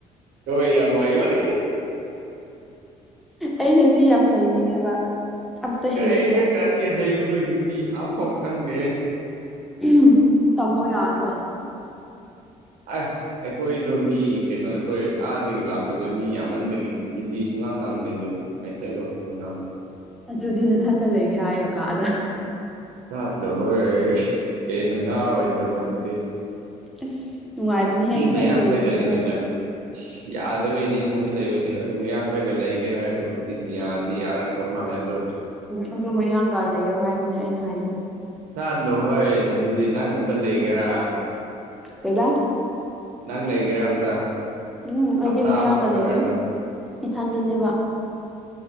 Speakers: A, on the right; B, in the centre.
A: ꯍꯣꯏ ꯌꯥꯝ ꯍꯩꯕꯅꯤ
B: ꯑꯩ ꯍꯤꯟꯗꯤ ꯌꯥꯝ ꯍꯩꯅꯤꯡꯉꯦꯕ ꯑꯝꯇ ꯍꯩꯇꯦꯕ
A: ꯀꯩꯗ ꯀꯔꯤ ꯍꯩꯕꯅꯣ ꯍꯤꯟꯗꯤ ꯑꯝꯐꯥꯎ ꯈꯪꯗꯦ
B: <unintelligible> ꯇꯝꯃꯣ ꯌꯥꯗ꯭ꯔꯣ
A: ꯑꯁ ꯑꯩꯈꯣꯏꯗꯣ ꯃꯤ ꯀꯩꯅꯣ ꯑꯩꯈꯣꯏ ꯑꯥꯗꯒꯤ ꯂꯥꯛꯄꯗꯣ ꯃꯤ ꯌꯥꯝꯃꯟꯕꯒꯤ ꯍꯤꯟꯗꯤ ꯁꯨꯡꯉꯥꯡ ꯉꯥꯡꯅꯗꯕꯤ ꯃꯩꯇꯩꯂꯣꯟ ꯉꯥꯛꯇ ꯉꯥꯡꯕ
B: ꯑꯗꯨꯗꯤ ꯅꯊꯟꯇ ꯂꯩꯒꯦ ꯍꯥꯏꯌꯣ ꯀꯥꯗ
A: ꯆꯠꯂꯣꯍꯦ ꯍꯦꯟꯅ ꯉꯥꯎꯔꯣꯏꯗ꯭ꯔꯣ ꯑꯗꯨꯗꯤ
B: ꯑꯁ ꯅꯨꯡꯉꯥꯏꯕꯅꯤꯍꯦ
A: ꯃꯤ
B: ꯏꯊꯟꯗ
A: ꯃꯌꯥꯡꯈꯣꯏꯒ
B: ꯂꯩꯕꯁꯤꯁꯨ
A: ꯂꯩꯃꯤꯟꯅꯕ ꯌꯥꯗꯕꯩꯅꯦ ꯏꯊꯟꯗ ꯂꯩꯕꯗꯤ ꯑꯗꯨꯝ ꯃꯌꯥꯡꯈꯣꯏꯒ ꯂꯩꯒꯦ ꯍꯥꯏꯔꯕꯕꯨꯗꯤ ꯌꯥꯗꯤ ꯌꯥꯔꯛꯇꯧ ꯃꯥꯜꯂꯦ ꯑꯗꯣ
B: ꯎꯝ ꯑꯗꯣ ꯃꯌꯥꯥꯡꯒ ꯂꯩꯌꯣ ꯍꯥꯏꯕꯅꯦ ꯑꯩꯅ ꯍꯥꯏꯗꯤ
A: ꯆꯠꯂꯣꯍꯩ ꯑꯗꯨꯗꯤ ꯅꯪ ꯑꯝꯇ ꯂꯩꯒꯦꯔꯥ
B: ꯀꯩꯕꯥ
A: ꯅꯪ ꯂꯩꯒꯦꯔ ꯑꯝꯇ
B: ꯎꯝ ꯑꯩꯗꯤ
A: ꯍꯞꯇꯥ
B: ꯃꯌꯥꯡꯒ
A: ꯑꯃꯈꯛꯇ
B: ꯂꯩꯌꯦ
A: ꯑꯣꯏꯔꯁꯨ
B: ꯏꯊꯟꯗꯅꯦꯕ